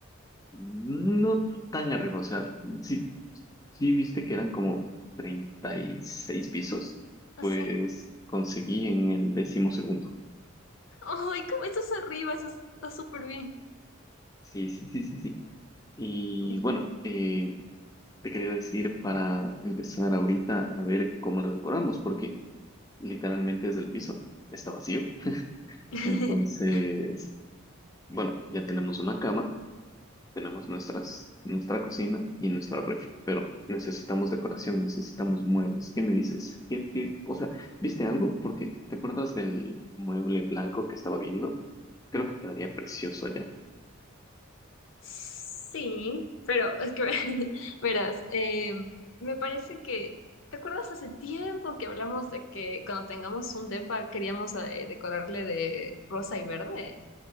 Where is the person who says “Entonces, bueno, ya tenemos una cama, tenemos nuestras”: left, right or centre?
Left